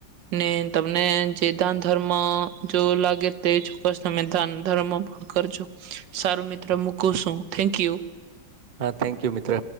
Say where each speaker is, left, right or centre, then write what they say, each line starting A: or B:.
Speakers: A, on the right (about 75°); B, on the right (about 55°).
A: ને તમને જે ધાન ધર્મ જોવ લાગે તે ચોક્કસ તમે ધાન ધર્મ પણ કરજો સારું મિત્ર મુકુ છું થેન્ક યુ.
B: હા થેન્ક યુ મિત્ર.